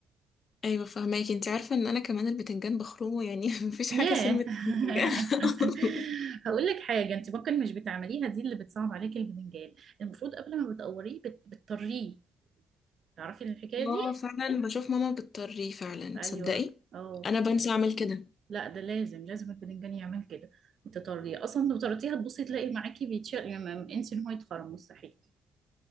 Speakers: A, on the left; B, on the right.
A: ايوه فهماكي انت عارفه ان انا كمان البتنجان بخرمه يعني <laughs> مفيش
B: ياه
A: حاجه سلمة
B: <laughs>
A: البتنجان <laughs>
B: هقول لك حاجه انت ممكن مش بتعمليها دي اللي بتصعب عليك البتنجان المفروض قبل ما بتقوريه بت... بتطريه تعرفي الحكايه
A: اه
B: دي
A: فعلا بشوف ماما بتطريه فعلا
B: ايوه
A: تصدقي
B: اه
A: انا بنسى اعمل كده
B: لا ده لازم لازم البتنجان يعمل كده تطريه اصلا لو طريتيها تبصي تلاقي معاكي بيتشال يعني ما- انسي ان هو يتخرم مستحيل